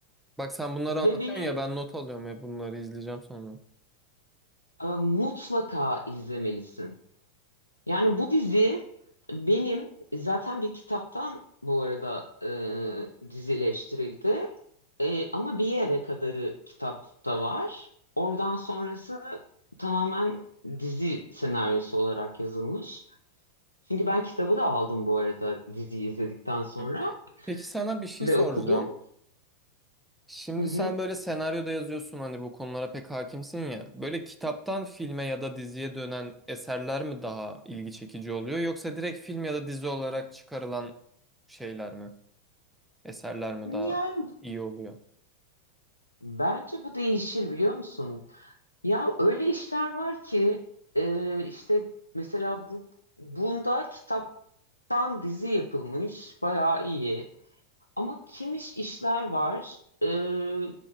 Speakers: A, in the centre; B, on the left.
A: Bak sen bunları
B: ve
A: anlatıyorsun
B: benim
A: ya ben not alıyorum ya bunları izleyeceğim sonra.
B: e, mutlaka izlemelisin. Yani bu dizi benim zaten bir kitaptan bu arada e, dizileştirildi. E, ama bir yere kadarı kitapta var. Oradan sonrası tamamen dizi senaryosu olarak yazılmış. Çünkü ben kitabı da aldım bu arada diziyi izledikten sonra
A: Hı. Peki sana bir şey
B: ve
A: soracağım.
B: okudum.
A: Şimdi
B: Hı hı.
A: sen böyle senaryoda yazıyorsun hani bu konulara pek hakimsin ya. Böyle kitaptan filme ya da diziye dönen eserler mi daha ilgi çekici oluyor yoksa direkt film ya da dizi olarak çıkarılan şeyler mi? Eserler mi daha
B: Yani
A: iyi oluyor?
B: bence bu değişir biliyor musun? Ya öyle işler var ki e, işte mesela bu bunda kitap Dan dizi yapılmış, bayağı iyi. Ama Kimiş işler var. Ee,